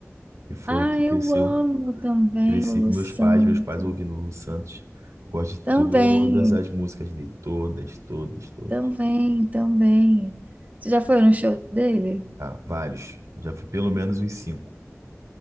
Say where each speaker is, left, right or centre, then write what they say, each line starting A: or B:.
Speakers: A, on the right; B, on the right.
A: que foi
B: Ah,
A: o que
B: eu
A: cresceu.
B: amo também
A: Cresci
B: o Lu
A: com meus
B: Santos.
A: pais, meus pais ouvindo Lulu Santos. Gosto de
B: Também,
A: todas as músicas dele, todas, todas, todas.
B: também, também. Você já foi no show dele?
A: Ah, vários. Já fui pelo menos uns cinco.